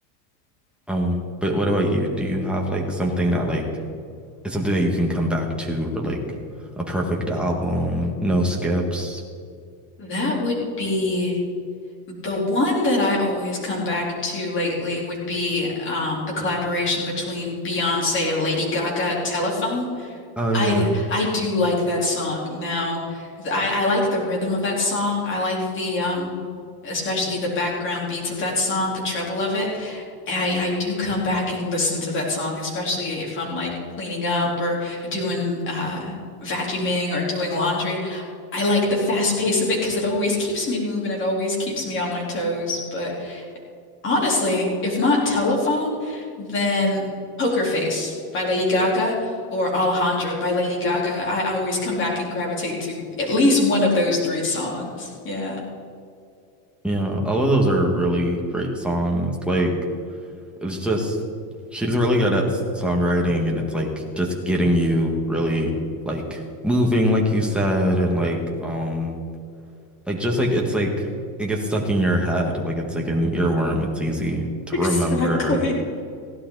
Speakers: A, in the centre; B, on the left.
A: Um, but what about you? Do you have like something that like is something that you can come back to or like a perfect album, no skips?
B: That would be the one that I always come back to lately would be um, the collaboration between Beyonce and Lady Gaga, Telephone.
A: Oh yeah,
B: I I do like that song. Now, th- I I like the rhythm of that song. I like the um especially the background beats of that song, the treble of it. I I do come back and listen to that song, especially if I'm like cleaning up or doing uh vacuuming or doing laundry. I like the fast pace of it because it always keeps me moving. It always keeps me on my toes. But Honestly, if not Telephone, then Poker Face by Lady Gaga or Alejandro by Lady Gaga. I always come back and gravitate to at least one of those three songs. Yeah. <laughs>
A: yeah. All of those are really great songs. Like it's just she's really good at s- songwriting, and it's like just getting you really like moving, like you said, and like um, like just like it's like it gets stuck in your head, like it's like an earworm. It's easy to
B: Exactly.
A: remember.